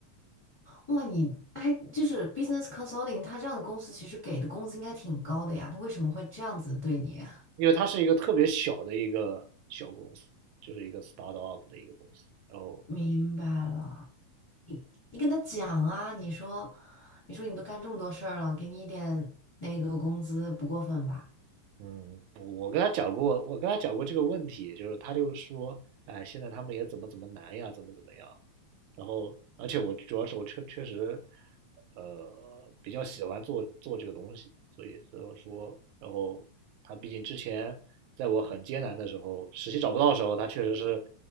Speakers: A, on the left; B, on the right.
A: 哇，你哎，就是 business consulting，他这样的公司其实给的工资应该挺高的呀，他为什么会这样子对你？<laughs>
B: 因为它是一个特别小的一个小公司，就是一个 start up 的一个公司，然后
A: 明白了，你跟他讲啊，你说，你说你都干这么多事儿了，给你一点那个工资不过分吧？
B: 嗯，我跟他讲过，我跟他讲过这个问题，就是他就说，哎，现在他们也怎么怎么难呀，怎么怎么样。然后，而且我主要是我确确实，呃，比较喜欢做做这个东西，所以就说，然后他毕竟之前在我很艰难的时候，实习找不到的时候，他确实是